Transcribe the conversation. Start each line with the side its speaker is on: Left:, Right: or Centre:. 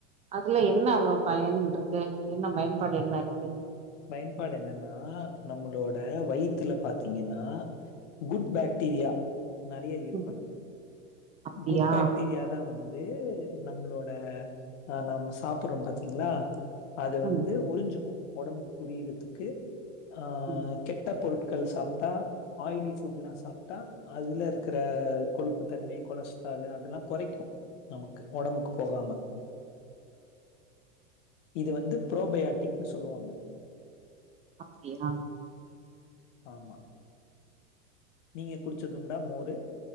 Right: அதுல என்ன பயன் இருக்கு என்ன பயன்பாடு என்ன இருக்கு
Left: பயன்பாடு என்னன்னா நம்மளோட வயிறத்துல பாத்தீங்கன்னா குட் பாக்டீரியா நறைய இருக்கணு
Right: ம் அப்டியா
Left: குட் பாக்டீரியா தா வந் து நம்மளோட ஆஹ் நாம சாப்படுறோ பாத்தீங்களா அது
Right: ம்
Left: வந்து உறிஞ்சுக்கு ஒடம்புக்கு புரியறதுக்கு அஹ்
Right: ம்
Left: கெட்ட பொருட் கள் சாப்டா ஆயிலி ஃபுட்ல்லா சாப்டா அதுல இருக்கிற கொழுப்பு தன்மை கொலஸ்ட்ரலு அதெல்லா குறைக்கு நமக்கு ஒடம்புக்கு போகாம இது வந்து புரோபயாட்டிக்ன்னு சொல்லுவாங்க
Right: அப்டியா
Left: ஆமா நீங்க குடிச்சதுண்டா மோரு